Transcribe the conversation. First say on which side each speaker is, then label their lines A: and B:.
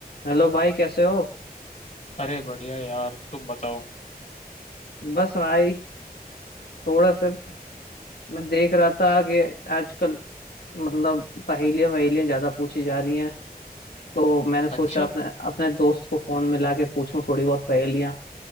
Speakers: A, on the left (about 80°); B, on the left (about 50°).
A: Hello भाई कैसे हो
B: अरे बढ़िया यार तुम बताओ
A: बस भाई थोड़ा सा मैं देख रहा था कि आजकल मतलब पहेलियां वहेलियां ज्यादा पूछी जा रही हैं तो मैंने सोचा
B: अच्छा
A: अपने अपने दोस्त को फोन में लाके पूछूं थोड़ी बहुत पहेलियां